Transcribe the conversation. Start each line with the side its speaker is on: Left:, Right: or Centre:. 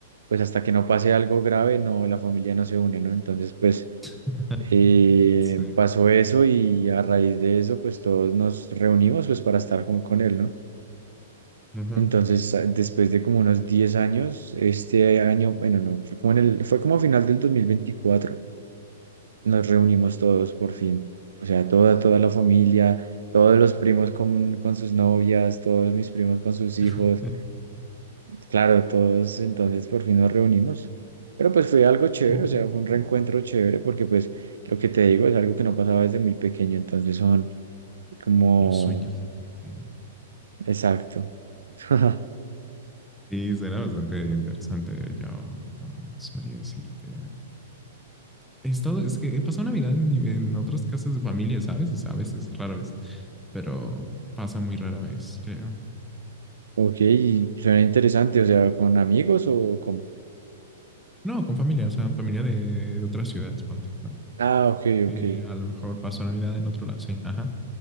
Right: pues hasta que no pase algo grave, no, la familia no se une, ¿no? Entonces, pues
Centre: <laughs>
Right: eh,
Centre: Sí.
Right: pasó eso y a raíz de eso, pues todos nos reunimos pues para estar con con él, ¿no?
Centre: Ajá.
Right: Entonces, a- después de como unos 10 años, este año, bueno, no, fue como en el, fue como a final del 2024 nos reunimos todos por fin. O sea, toda, toda la familia, todos los primos con, con sus novias, todos mis primos con sus hijos.
Centre: <laughs>
Right: Claro, todos entonces por fin nos reunimos. Pero pues fue algo chévere,
Centre: Ojo,
Right: o sea, fue un reencuentro
Centre: ojo.
Right: chévere porque pues lo que te digo es algo que no pasaba desde muy pequeño, entonces son como,
Centre: Los sueños se cumplen.
Right: exacto. <laughs>
Centre: Sí, será bastante interesante. Yo no, no sabría decirte. He estado, es que he pasado Navidad en, en otras casas de familia, ¿sabes? O sea, a veces, rara vez, pero pasa muy rara vez, creo.
Right: Ok, suena interesante, o sea, ¿con amigos o cómo?
Centre: No, con familia, o sea, familia de, de otras ciudades, ponte, ¿no?
Right: Ah, ok,
Centre: Eh,
Right: ok.
Centre: a lo mejor paso Navidad en otro lado, sí, ajá.